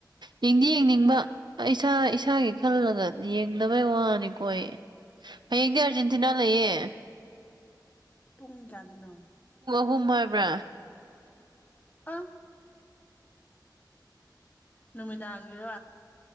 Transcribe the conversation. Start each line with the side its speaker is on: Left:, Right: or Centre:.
Right: ꯌꯦꯡꯗꯤ ꯌꯦꯡꯅꯤꯡꯕ ꯏꯁꯥ ꯏꯁꯥꯒꯤ ꯈꯜꯂꯒ ꯌꯦꯡꯗꯕꯩ ꯋꯥꯅꯤꯀꯣ ꯍꯌꯦꯡꯗꯤ ꯑꯥꯔꯖꯦꯟꯇꯤꯅꯥ ꯂꯩꯌꯦ
Left: ꯄꯨꯡ ꯀꯌꯥꯗꯅꯣ
Right: ꯍꯨꯝ ꯍꯥꯏꯕ꯭ꯔꯥ
Left: ꯑ ꯅꯨꯃꯤꯗꯥꯡꯒꯤꯔꯣ